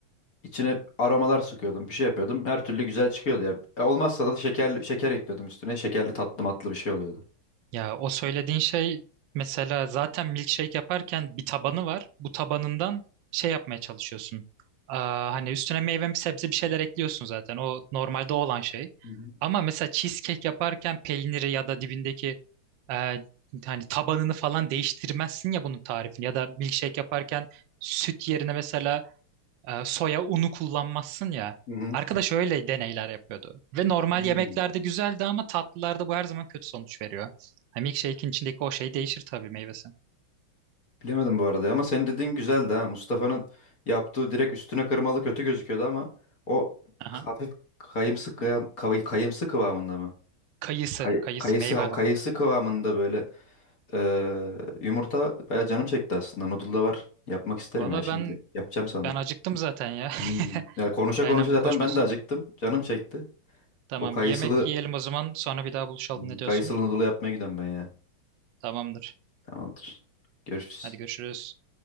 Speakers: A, on the left; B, on the right.
A: İçine aromalar sıkıyordum, bir şey yapıyordum. Her türlü güzel çıkıyordu ya. E, olmazsa da şeker şeker ekliyordum üstüne. Şekerli tatlı matlı bir şey oluyordu.
B: Ya o söylediğin şey mesela zaten milkshake yaparken bir tabanı var. Bu tabanından şey yapmaya çalışıyorsun. Aa, hani üstüne meyve sebze bir şeyler ekliyorsun zaten. O normalde olan şey.
A: Hı hı.
B: Ama mesela cheesecake yaparken peyniri ya da dibindeki e, hani tabanını falan değiştirmezsin ya bunun tarifini. Ya da milkshake yaparken süt yerine mesela e, soya unu kullanmazsın ya.
A: Hı hı.
B: Arkadaş öyle deneyler yapıyordu. Ve normal
A: Hmm.
B: yemeklerde güzeldi ama tatlılarda bu her zaman kötü sonuç veriyor. Hani milkshake'in içindeki o şey değişir tabii meyvesi.
A: Bilemedim bu arada ama senin dediğin güzeldi ha. Mustafa'nın yaptığı direkt üstüne kırmalı kötü gözüküyordu ama o
B: Aha.
A: hafif kayımsı kıvam, kavay- kayımsı kıvamında mı?
B: Kayısı,
A: Kay-
B: kayısı
A: kayısı
B: meyve
A: ha,
B: olan.
A: kayısı kıvamında böyle Ee, yumurta bayağı canım çekti aslında. Noodle da var. Yapmak isterim
B: Valla
A: ya şimdi.
B: ben
A: Yapacağım sanırım.
B: ben acıktım zaten ya. <laughs>
A: Hmm. Ya konuşa
B: Aynen
A: konuşa zaten
B: bu konuşmasına.
A: ben de acıktım. Canım çekti.
B: Tamam
A: O kayısılı
B: bir yemek yiyelim o zaman sonra bir daha buluşalım
A: hmm,
B: ne
A: kayısılı
B: diyorsun?
A: noodle yapmaya gidiyorum ben ya.
B: Tamamdır.
A: Tamamdır. Görüşürüz.
B: Hadi görüşürüz.